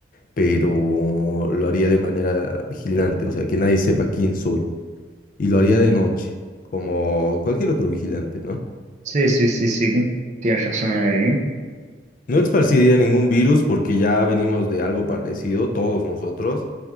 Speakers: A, on the left; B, on the right.
A: pero lo haría de manera vigilante, o sea, que nadie sepa quién soy. y lo haría de noche, como cualquier otro vigilante, ¿no?
B: Sí, sí, sí, sí, tienes razón ahí.
A: No esparciría ningún virus porque ya venimos de algo parecido, todos nosotros,